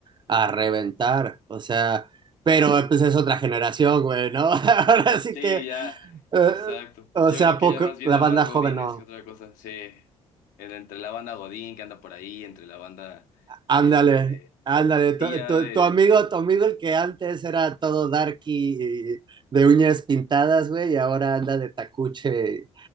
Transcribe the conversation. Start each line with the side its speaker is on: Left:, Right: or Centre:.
Right: a reventar. O sea, pero eh, pues es otra generación, güey, ¿no? <laughs> Ahora sí
Left: Sí,
Right: que,
Left: ya,
Right: eh,
Left: exacto.
Right: o
Left: Yo
Right: sea,
Left: creo que
Right: poco,
Left: ya vas viendo
Right: la banda
Left: más
Right: joven
Left: Godines
Right: no.
Left: que otra cosa. Sí, El- entre la banda Godín que anda por ahí, entre la banda,
Right: Ándale,
Left: este,
Right: ándale,
Left: sí,
Right: tu,
Left: ya
Right: tu-
Left: de,
Right: tu amigo, tu amigo el que antes era todo darky y de uñas pintadas, güey, y ahora anda de tacuche